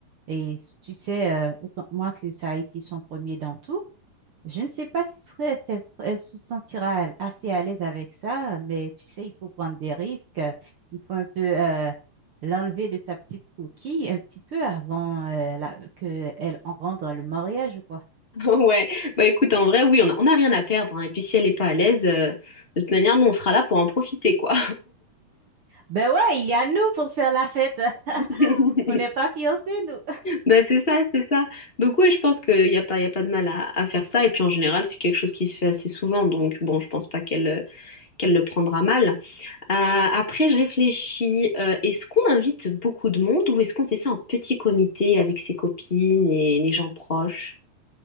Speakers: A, on the right (about 70°); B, on the left (about 20°).
A: et s- tu sais euh, autant que moi que ça a été son premier dans tout, je ne sais pas si serait, si elle, serait- elle se sentira à- assez à l'aise avec ça, mais tu sais, il faut prendre des risques, euh, il faut un peu euh, l'enlever de sa petite coquille un petit peu avant euh, la- que elle en rende le mariage ou quoi.
B: <laughs> Ouais. Bah écoute, en vrai, oui, on a, on a rien à perdre. hein. Et puis si elle est pas à l'aise, euh, de toute manière, nous, on sera là pour en profiter, quoi.
A: Ben ouais, il y a nous pour faire la fête. <laughs>
B: <laughs>
A: On n'est pas fiancés, nous.
B: Bah c'est ça, c'est ça. Donc ouais, je pense qu'il n'y a pas, y a pas de mal à, à faire ça. Et puis en général, c'est quelque chose qui se fait assez souvent. Donc bon, je pense pas qu'elle euh, qu'elle le prendra mal. Euh, après, je réfléchis, euh, est-ce qu'on invite beaucoup de monde ou est-ce qu'on fait ça en petit comité avec ses copines et les gens proches?